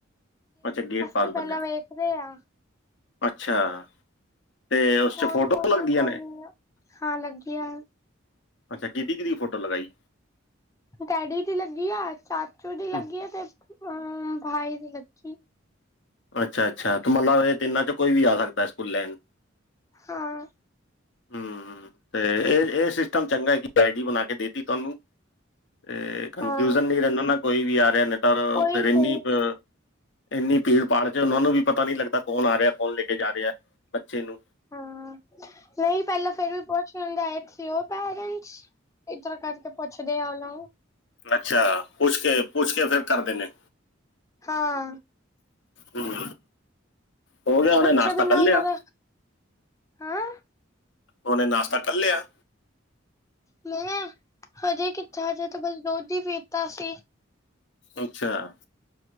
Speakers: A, on the left (about 60°); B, on the left (about 15°).
A: ਅੱਛਾ ਗੇਟ ਪਾਸ
B: ਤੇ
A: ਬਣਿਆ।
B: ਪਹਿਲਾਂ ਵੇਖਦੇ ਆ
A: ਅੱਛਾ ਤੇ ਉਸ
B: ਕੌਣ
A: ਚ ਫੋਟੋ
B: ਕੌਣ
A: ਲੱਗਦੀਆਂ
B: ਆ ਕੌਣ
A: ਨੇ?
B: ਨਹੀਂ ਆ ਹਾਂ ਲੱਗਦੀਆ
A: ਅੱਛਾ ਕਿਹਦੀ-ਕਿਹਦੀ ਫੋਟੋ ਲਗਾਈ।
B: ਡੈਡੀ ਦੀ ਲੱਗੀ ਆ, ਚਾਚੂ ਦੀ ਲੱਗੀ
A: ਹਮ,
B: ਆ ਤੇ ਭਾਈ ਦੀ ਲੱਗੀ।
A: ਅੱਛਾ-ਅੱਛਾ ਤੇ ਮਤਲਬ ਇਹ ਤਿੰਨਾਂ ਚ ਕੋਈ ਵੀ ਆ ਸਕਦਾ ਸਕੂਲ ਲੈਣ।
B: ਹਾਂ
A: ਹਮ ਤੇ ਇਹ-ਇਹ ਸਿਸਟਮ ਚੰਗਾ ਕਿ ਆਈ ਡੀ ਬਣਾ ਕੇ ਦੇ ਤੀ ਤੁਹਾਨੂੰ। ਤੇ ਕਨਫਿਊਜਨ
B: ਹਾਂ
A: ਨਹੀਂ ਰਹਿੰਦਾ ਨਾ ਕੋਈ ਵੀ ਆ ਰਿਹਾ ਨਹੀਂ ਤਾਂ
B: ਉਹੀ
A: ਫੇਰ ਇੰਨੀ
B: ਤੇ
A: ਬ ਇੰਨੀ ਭੀੜ ਭਾੜ ਚ ਉਹਨਾਂ ਨੂੰ ਵੀ ਪਤਾ ਨੀ ਲੱਗਦਾ, ਕੌਣ ਆ ਰਿਹਾ ਕੌਣ ਲੈ ਕੇ ਜਾ ਰਿਹਾ ਬੱਚੇ ਨੂੰ।
B: ਹਾਂ ਨਹੀਂ ਪਹਿਲਾਂ ਫੇਰ ਵੀ ਪੁੱਛ ਲੈਂਦਾ ਸੀ ਉਹ ਪੇਰੈਂਟਸ। ਇਸ ਤਰਾਂ ਕਰਕੇ ਪੁੱਛਦੇ ਆ ਉਹਨਾਂ।
A: ਅੱਛਾ, ਪੁੱਛ ਕੇ ਪੁੱਛ ਕੇ ਫੇਰ ਕਰ ਦੇਨੇਆਂ।
B: ਹਾਂ।
A: ਹਮ, ਹੋ ਗਿਆ ਉਹਣੇੇ
B: ਪੁੱਛੇ
A: ਨਾਸ਼ਤਾ
B: ਬਿਨਾਂ
A: ਕਰ ਲਿਆ।
B: ਉਹਨਾਂ ਦਾ ਹਾਂ।
A: ਉਹਨੇ ਨਾਸ਼ਤਾ ਕਰ ਲਿਆ।
B: ਮੈਂ, ਹਜੇ ਕਿੱਥੇ ਹਜੇ ਤੇ ਬਸ ਦੁਧ ਈ ਪੀਤਾ ਸੀ।
A: ਅੱਛਾ,